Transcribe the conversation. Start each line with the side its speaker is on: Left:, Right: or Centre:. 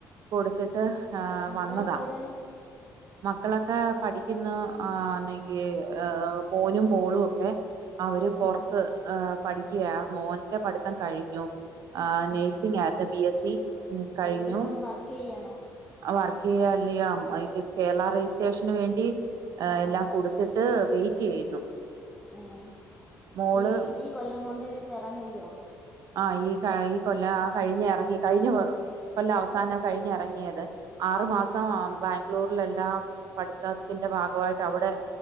Right: കൊടുത്തിട്ട് ആഹ്
Centre: മക്കളൊക്കെ
Right: വന്നതാ.
Centre: എവിടെ <inaudible>
Right: മക്കളൊക്കെ പഠിക്കുന്ന ആന്നെങ്കി മോനും മോളുവൊക്കെ അവര് പൊറത്ത്
Centre: ആ ആ
Right: പഠിക്കുവ മോന്റെ പഠിത്തം കഴിഞ്ഞു. ആഹ് നേഴ്സിംഗാരുന്നു
Centre: ആ ആ
Right: ബി എസ് സി ഉം കഴിഞ്ഞു.
Centre: എവിടെ ഇപ്പം വർക്ക് ചെയ്യാണോ
Right: വർക്ക് ചെയ്യല്ല അതിൻ്റെ കേരള രജിസ്ട്രേഷന് വേണ്ടി ഏ
Centre: ആ
Right: എല്ലാം
Centre: ആ
Right: കൊടുത്ത്. ട്ട് വെയിറ്റ് ചെയ്യുന്നു.
Centre: ഉം
Right: മോള്
Centre: ഈ ഈ കൊല്ലം കൊണ്ട് കേറാൻ കയ്യ്യോ?
Right: ആഹ് ഈ ക ഈ കൊല്ല ആഹ് കഴിഞ് എറങ്ങി കഴിഞ്ഞ കൊല്ല അവസ അവസാന കഴിഞ്ഞറങ്ങിയത് ആറു
Centre: ഏ
Right: മാസം ബാ ഗ്ലൂരിലെല്ലാം പഠിത്താത്തിന്റെ ഭാഗമായിട്ട് അവിടെ